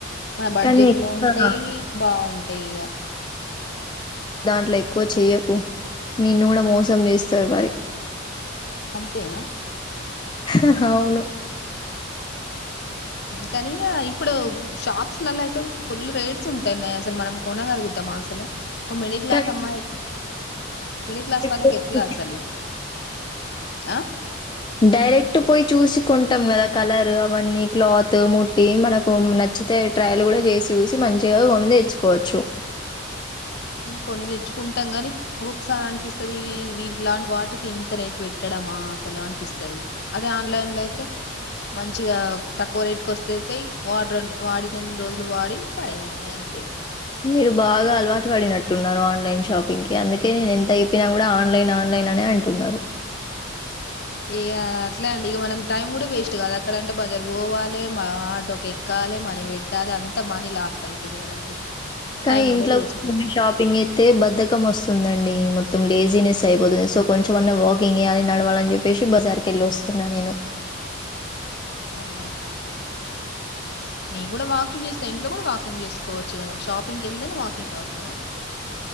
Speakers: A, on the left; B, on the left.
A: మన బడ్జెట్
B: కానీ ఎక్కువ
A: లో ఉంటాయి బాగుంటయి టిగా
B: అట్లా ఎక్కువ చేయకు నిన్న కూడా మోసం చేస్తా సర్ మరి
A: అంతేనా
B: అ అవును
A: కానీక ఇప్పుడు షాప్స్ లో అయితే ఫుల్ రేట్స్ ఉంటాయిన్నాయి అసలు మనం కొనగలుగుతామా అసలు ఒక మిడిల్ క్లాస్
B: డైరెక్ట్
A: అమ్మాయి మిడిల్ క్లాస్ వాళ్ళకి
B: ఫ
A: ఎట్లా అసలు ఆ
B: డైరెక్ట్ చట్టు పోయి చూసి కొంటాం కదా కలర్ అవన్నీ క్లాత్ ముట్టి మనకు నచ్చితే ట్రయల్ కూడా చేసి చూసి మంచిగా కొను తెచ్చుకోవచ్చు
A: కొన్ని తెచ్చుకుంటాం గాని ఒక్కొక్కసారి అనిపిస్తుంది వీలాంటి వాటికి ఇంత రేటు పెట్టడమా అసలు అనిపిస్తుంది అదే ఆన్లైన్ లో అయితే మంచిగా తక్కువ రేటుకి వస్తే వాడ వాడిదని రోజులు వాడి పడేయడమే అంతే
B: మీరు బాగా అలవాటు పడినట్టున్నారు ఆన్లైన్ షాపింగ్ కి అందుకే నేను ఎంత అయిపోయిిన కూడా ఆన్లైన్ ఆన్లైన్ అనే అంటున్నారు
A: ఇక అట్లే అండి ఇక మనం టైం కూడా వేస్ట్ కాదా అక్కడంటే బజర్ పోవాలి ఆటోకి ఎక్కాలి మనీ పెట్టాలి అంత మనీ లాస్ అవుతుంది కదండి
B: కానీ
A: టైం
B: ఇంట్లో
A: కూడా వేస్ట్
B: కూర్చని షాపింగ్ అయితే బధకం వస్తుందండి మొత్తం లేజీనెస్ అయిపోతుంది సో కొంచంమన్నా వాకింగ్ చేయాలి నడవాలని చెప్పేసి బజార్కి వెళ్ళి వస్తున్నాను నేను
A: అయినా నేను కూడా వాకింగ్ చేస్తా ఇంట్లో కూడా వాకింగ్ చేసుకోవచ్చు కదా షాపింగ్కి వెళితేనే వాకింగ్ అవుతుదా